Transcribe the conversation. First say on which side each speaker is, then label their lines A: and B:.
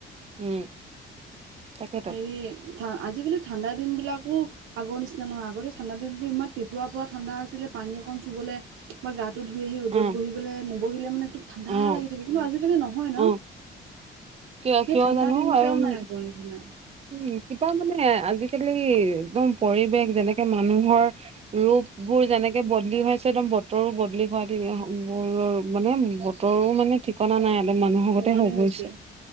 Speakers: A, on the right (about 30°); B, on the right (about 75°).
A: উম। তাকেতো
B: হেৰি আজিকালি ঠাণ্ডা দিন বিলাকো আগৰ নিচিনা নহয় আগতে ঠাণ্ডা দিনবোৰ ইমান পটঁটুৱাৰ পৰা ঠাণ্ডা আছিলে, পানী অকণ চুবলৈ বা গাটো ধুই আহি ৰ'দত
A: অ',
B: বহিবলৈ, নবহিলে মানে ঠাণ্ডা
A: অ',
B: লাগি থাকে কিন্তু আজিকালি নহয় ন?
A: অ', কিয়
B: সেই
A: কিয়
B: ঠাণ্ডা
A: জানো
B: দিনকেইটাও
A: আৰু
B: নাই আগ নিচিনা।
A: উম, কিবা মানে আজিকালি একদম পৰিৱেশ যেনেকে মানুহৰ ৰূপ বোৰ যেনেকে বদলি হৈছে একদম বতৰো বদলি হোৱা <unintelligible> মানে তৰো মানে ঠিক কনা নাই, একদম মানুহৰ
B: সলনি
A: আগতে হৈ
B: হৈছে
A: গছে,